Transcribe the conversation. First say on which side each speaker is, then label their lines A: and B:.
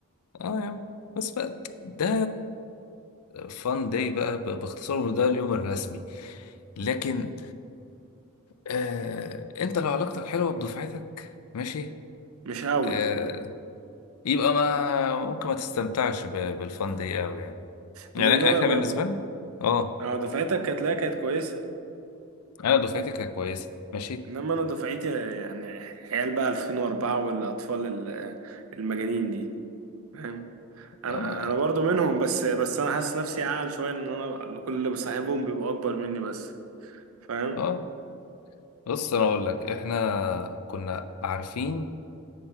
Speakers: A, on the left (about 85°); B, on the right (about 70°).
A: اه يا عم بس بقى ده فان داي بقى ب- باختصار وده اليوم الرسمي لكن آه انت لو علاقتك حلوه بدفعتك ماشي
B: مش قوي
A: آه يبقى ما ممكن ما تستمتعش ب- بالفان داي قوي يعني
B: لان
A: يعني
B: انا
A: احنا
B: ب...
A: بالنسبه لنا اه
B: اه دفعتك كانت لا كانت كويسه
A: انا دفعتي كانت كويسه ماشي
B: انما انا دفعتي يعني عيال بقى 2004 والاطفال ال- المجانين دي فاهم انا
A: اه
B: انا برضو منهم بس بس انا حاسس نفسي اعقل شويه ان انا كل اللي بصاحبهم بيبقوا اكبر مني بس فاهم
A: آه. بص انا اقول لك احنا كنا عارفين